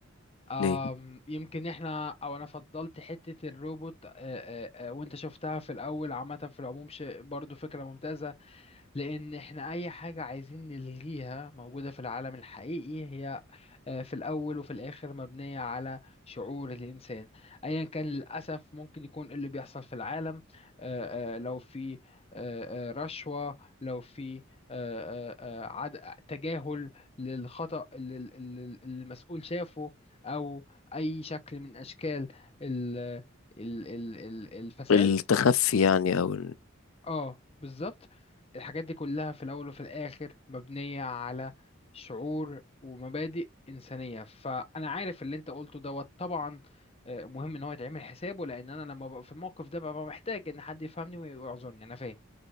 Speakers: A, on the left; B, on the left.
A: أم
B: ليه
A: يمكن احنا او انا فضلت حتة الروبوت آه، آه، آه، وانت شفتها في الاول عامة في العموم شيء برضو فكرة ممتازة لان احنا اي حاجة عايزين نلغيها موجودة في العالم الحقيقي هي آه، في الأول وفي الآخر مبنية على شعور الإنسان أيا كان للأسف ممكن يكون اللي بيحصل في العالم آه، آه، لو في آه، آه، رشوة لو في آه، آه، آه، عد- تجاهل للخطأ اللي اللي- اللي المسؤول شافه أو أي شكل من أشكال ال- ال- ال- ال- الفساد
B: التخفي يعني او
A: اه بالظبط الحاجات دي كلها في الاول وفي الاخر مبنية على شعور ومبادئ انسانية فانا عارف اللي انت قلته دوت طبعا آه، مهم ان هو يتعمل حسابه لان انا لما ببقى في الموقف ده ببقى محتاج ان حد يفهمني ويعذرني انا فاهم